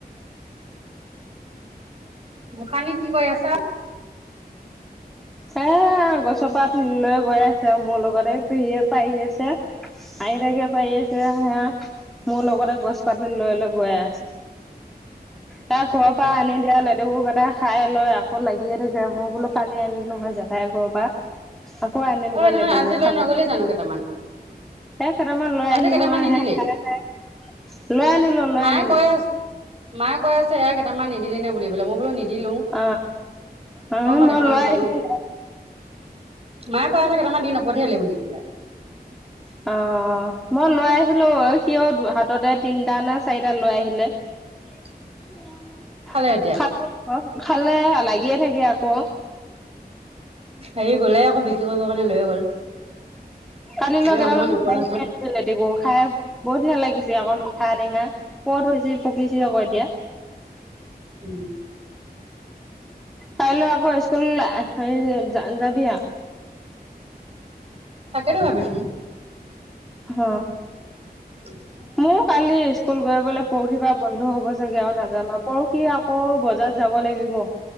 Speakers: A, on the right; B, in the centre.
A: গোঁখানী, কি কৰি আছা? <inaudible>
B: এ গছৰপাত লৈ গৈ আছে আৰ মোৰ লগতে পেহীয়ে পাৰি আছে। আইতাকেও পাৰি আছে আউ সেয়া, মোৰ লগতে গছ-পাত লৈ লৈ গৈ আছে। তাৰ ঘৰৰ পৰা আনি দিয়া লেতেকুকেইটা খাই লৈ আকৌ লাগিয়ে থাকে, মই বোলো কালি আনিম নহয় জেঠ ঠাই ঘৰৰ পা। আকৌ আনিম
A: ঐ
B: গৈ
A: নহয়
B: লেটকুু
A: আজি লৈ
B: খাব।
A: নগলি জানো কেইটামান
B: সে কেটামান লৈ
A: আজি
B: আহিলোং
A: কেইটামান
B: আহে।
A: নিনিলি
B: <unintelligible> লৈ আনিলো, লৈ
A: মায়ে
B: আনিলো।
A: কৈ আছে মায়ে কৈ আছে ইয়াক কেটামান নিদ দিলি নে বুলি পেলে। মই বোলো নিদিলোঁ,
B: অ অ
A: মই আকৌ দেখাএ
B: লৈ
A: নাপালোঁ।
B: আহিলো
A: মায়ে কয় আছে কেটামান দি নপঠিয়ালি বুলি পেলাই। <inaudible>
B: অ', মই লৈ আহিলোঁ, সিয় হাততে তিনটা নে চাৰিটা লৈ আহিলে।
A: <inaudible>
B: <unintelligible>
A: খালে এতিয়া
B: খালে লাগিয়ে থাকে আকৌ।
A: হেৰি গ'লে আকৌ বিকি কৰিব কাৰণে লৈয়ে গ'ল।
B: কালি লোৱা
A: এই
B: গেদামান
A: অকমান
B: <unintelligible>
A: ওপৰত আছে
B: নেতেকো, খাই বৰ ধুনীয়া লাগিছে আকৌ মিঠা টেঙা। পদ হৈছি, পকিছি আকো এতিয়া।
A: উ।
B: কাইলৈ আকৌ ইস্কুল হেৰি যাবি আ।
A: তাকেটো ভাবিচুং।
B: হ।
A: <inaudible>
B: মোৰ কালি ইস্কুল গৈ পেলেই পৰহিৰ পা বন্ধু হ'ব চাগে আৰু নাজানোঁ আউ। পৰখি আক অ', বজাৰত যাব লাগিব।